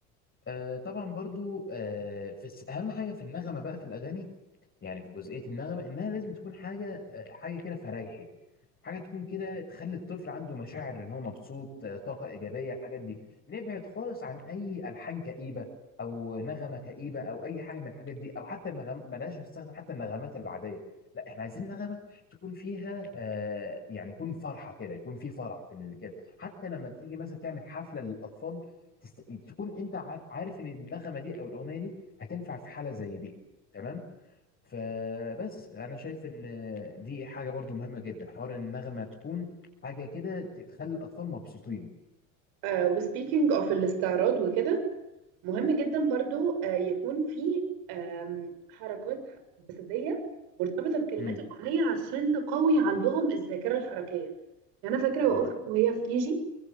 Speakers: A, on the left; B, on the right.
A: آه طبعا برضو آه في الس- اهم حاجه في النغمه بقى في الاغاني يعني في جزئية النغمة إنها لازم تكون حاجة حاجة كده فريحي حاجة تكون كده تخلي الطفل عنده مشاعر إن هو مبسوط آه، طاقة إيجابية الحاجات دي نبعد خالص عن أي ألحان كئيبة أو نغمة كئيبة أو أي حاجة من الحاجات دي أو حتى النغم بلاش نستخدم حتى النغمات العادية لا إحنا عايزين نغمة تكون فيها آه يعني يكون فرحة كده يكون في فرح في ال- كده حتى لما تيجي مثلا تعمل حفلة للأطفال تست... تكون أنت ع- عارف إن النغمة دي أو الأغنية دي هتنفع في حالة زي دي تمام فبس انا شايف ان دي حاجه برضو مهمه جدا حوار النغمه تكون حاجه كده تخلي الاطفال مبسوطين
B: آه وسبيكينج اوف الاستعراض وكده مهم جدا برضو آه يكون في آم، حركات جسدية مرتبطة بكلمات
A: امم
B: الأغنية عشان تقوي عندهم الذاكرة الحركية يعني أنا فاكرة
A: اه
B: أختي وهي في كيجي